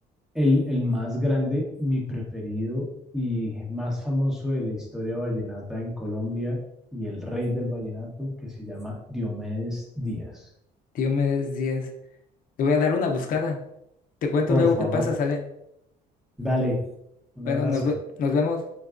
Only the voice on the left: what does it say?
Diomedes Díaz. Le voy a dar una buscada. Te cuento
luego
qué pasa, sale.
Bueno,
nos, ve- nos vemos.